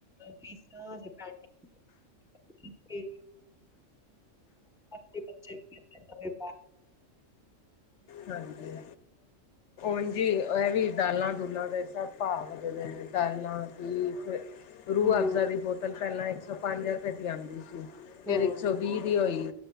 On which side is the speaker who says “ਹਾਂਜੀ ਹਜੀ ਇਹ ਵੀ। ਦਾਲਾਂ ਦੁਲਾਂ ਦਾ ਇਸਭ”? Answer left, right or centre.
Left